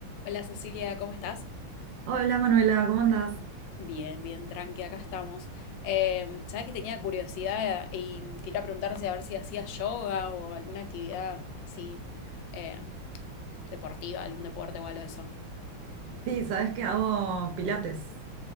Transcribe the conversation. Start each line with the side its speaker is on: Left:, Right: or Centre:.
Left: Hola Cecilia, ¿cómo estás?
Right: Hola Manuela, ¿cómo andás?
Left: Bien, bien, tranqui, acá estamos. Eh, sabes que tenía curiosidad y quería preguntarse a ver si hacías yoga o alguna actividad así eh, deportiva, algún deporte o algo de eso.
Right: Sí, sabes que hago pilates.